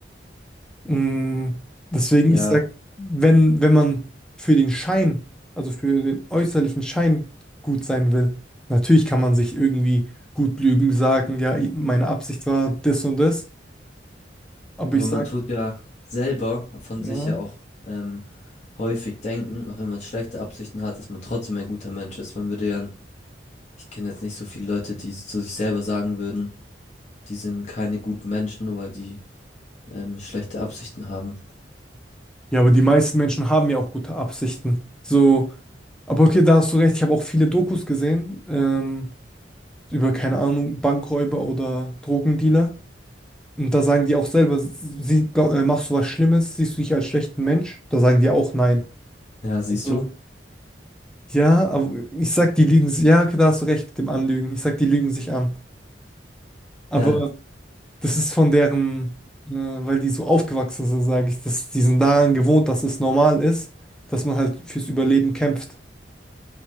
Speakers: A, in the centre; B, on the left (about 40°).
A: Mm, Deswegen,
B: ja,
A: ich sag, wenn, wenn man für den Schein, also für den äußerlichen Schein gut sein will, natürlich kann man sich irgendwie gut lügen, sagen, ja, ich- meine Absicht war das und das, aber
B: aber
A: ich sag,
B: man tut ja selber von
A: ja,
B: sich ja auch ähm, häufig denken, auch wenn man schlechte Absichten hat, dass man trotzdem ein guter Mensch ist. Man würde ja, ich kenne jetzt nicht so viele Leute, die zu sich selber sagen würden, die sind keine guten Menschen, nur weil die ähm, schlechte Absichten haben.
A: ja, aber die meisten Menschen haben ja auch gute Absichten. So, aber okay, da hast du recht, ich habe auch viele Dokus gesehen, ähm, über, keine Ahnung, Bankräuber oder Drogendealer. Und da sagen die auch selber, sie, glaub, äh, machst du was Schlimmes, siehst du dich als schlechten Mensch? Da sagen die auch nein.
B: Ja, siehst
A: Also,
B: du?
A: ja, aber ich sag, die lügen, si- ja, okay, da hast du recht mit dem Anlügen. Ich sag, die lügen sich an. Aber
B: Ja.
A: das ist von deren, äh, weil die so aufgewachsen sind, sage ich, dass die sind daran gewohnt, dass es normal ist, dass man halt fürs Überleben kämpft.